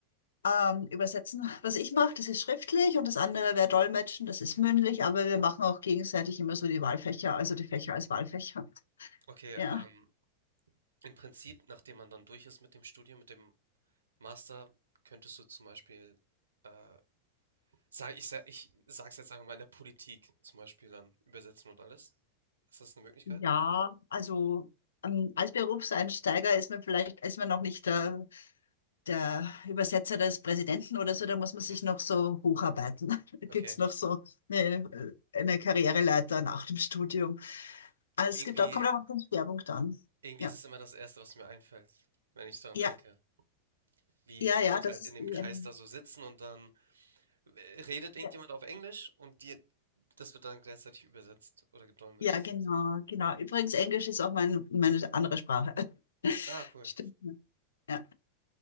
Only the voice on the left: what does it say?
ähm, Übersetzen, was ich mache, das ist schriftlich und das andere wäre Dolmetschen, das ist mündlich, aber wir machen auch gegenseitig immer so die Wahlfächer, also die Fächer als Wahlfächer.
Ja.
Ja, also ähm, als Berufseinsteiger ist man vielleicht, ist man noch nicht der, der Übersetzer des Präsidenten oder so, da muss man
sich noch so hocharbeiten. <laughs> Da gibt's
noch so eine, eine Karriereleiter nach dem Studium. Also es
gibt auch, kommt auch auf den Schwerpunkt an.
Ja,
ja,
ja,
ja, das
ist
eh
ein-
ja,
ja, genau,
genau. Übrigens, Englisch ist auch mein, meine andere Sprache. <laughs>
Stimmt. Ja.